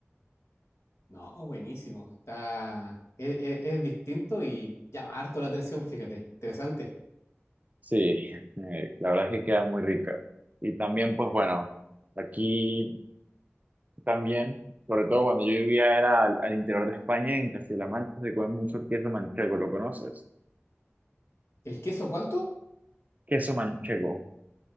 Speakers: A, on the left; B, on the right.
A: No, buenísimo. Está, es, es- es distinto y llama harto la atención, fíjate. Interesante.
B: Sí, <laughs> eh, la verdad es que queda muy rica. Y también, pues bueno, aquí también, sobre todo cuando yo vivía era al, al interior de España, en Castilla-La Mancha, se come mucho queso manchego, ¿lo conoces?
A: ¿El queso cuánto?
B: Queso manchego.